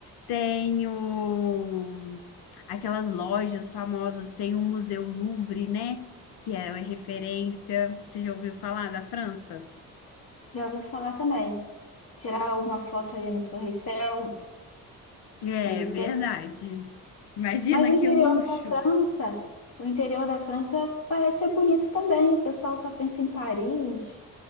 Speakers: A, on the left; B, on the left.
A: tem o- aquelas lojas famosas, tem o Museu Louvre, né? Que é referência. Você já ouviu falar da França?
B: Já ouvi falar também. Tirar uma foto ali na Torre Eiffel,
A: É
B: ali
A: verdade. Imagina
B: Mas o interior
A: que luxo.
B: da França, o interior da França parece ser bonito também. O pessoal só pensa em Paris.